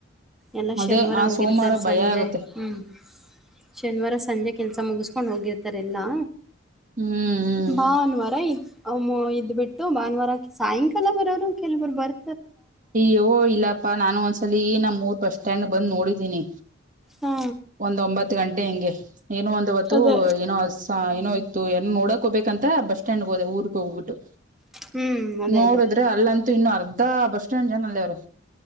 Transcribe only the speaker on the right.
ಅದೇ
ಆ
ಸೋಮವಾರ ಭಯ
ಆಗುತ್ತೆ
ಹ್ಮ್ ಹ್ಮ್
ಅಯ್ಯೋ ಇಲ್ಲಪ್ಪಾ ನಾನು ಒಂದಸಲಿ ಈ ನಮ್ಮ್ ರ್ ಬಸ್ ಸ್ಟ್ಯಾಂಡ್ ಬಂದ್ ನೋಡಿದೀನಿ
ಒಂದ ಒಂಬತ್ತು ಗಂಟೆ ಹೆಂಗೆ ಏನೋ ಒಂದ ಅವತ್ತು
ಏನೋ ಹ ಏನೋ ಇತ್ತು ಏನೋ ನೋಡಕ್ ಹೋಗಬೇಕಂತ ಬಸ್ ಸ್ಟ್ಯಾಂಡ್ ಹೋದೆ ಊರ್ಕ ಹೋಗ್ಬಟ್ಟು
ನೋಡುದ್ರೆ
ಅಲ್ಲಂತೂ ಇನ್ನು ಅರ್ಧ ಬಸ್ಟ್ಯಾಂಡ್ ಜನ ಅಲ್ಲೇ ಅವರೇ